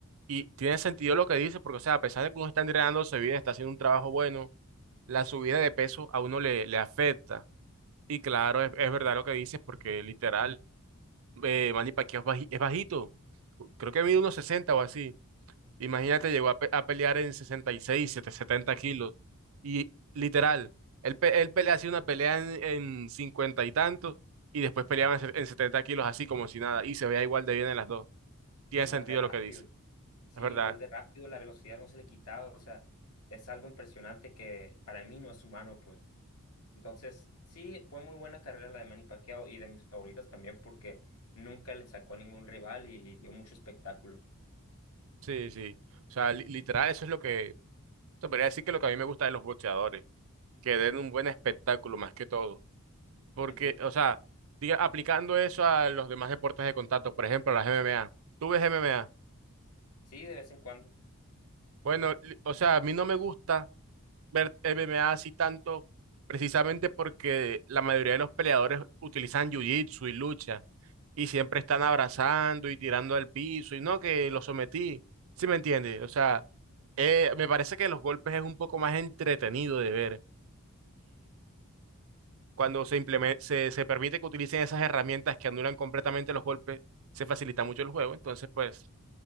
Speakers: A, on the right (about 65°); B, on the left (about 85°).
A: y tiene sentido lo que dice, porque, o sea, a pesar de que uno está entrenándose bien, está haciendo un trabajo bueno, la subida de peso a uno le, le afecta. Y claro, es, es verdad lo que dices, porque literal, eh, Manny Pacquiao es baji- es bajito. Creo que mide unos 60 o así. Imagínate, llegó a, pe- a pelear en 66, 7 70 kilos. Y literal, él, pe- él pelea, hacía una pelea en, en 50 y tantos y después peleaba en, se- en 70 kilos así como si nada. Y se veía igual de bien en las dos. Tiene
B: igual
A: sentido
B: de rápido.
A: lo que dice.
B: Sí,
A: Es verdad.
B: igual de rápido, la velocidad no se le quitaba, o sea, es algo impresionante que para mí no es humano, pues. Entonces, sí, fue muy buena carrera la de Manny Pacquiao y de mis favoritas también porque nunca le sacó a ningún rival y dio mucho espectáculo.
A: Sí, sí. O sea, li- literal, eso es lo que... Te podría decir que lo que a mí me gusta de los boxeadores, que den un buen espectáculo más que todo. Porque,
B: Ujú.
A: o sea, diga, aplicando eso a los demás deportes de contacto, por ejemplo, las MMA. ¿Tú ves MMA?
B: Sí, de vez en cuando.
A: Bueno, li- o sea, a mí no me gusta ver MMA así tanto, precisamente porque la mayoría de los peleadores utilizan jiu-jitsu y lucha, y siempre están abrazando y tirando al piso, y no, que lo sometí. ¿Sí me entiendes? O sea, eh, me parece que los golpes es un poco más entretenido de ver. cuando se, implemen- se, se permite que utilicen esas herramientas que anulan completamente los golpes, se facilita mucho el juego. Entonces, pues, o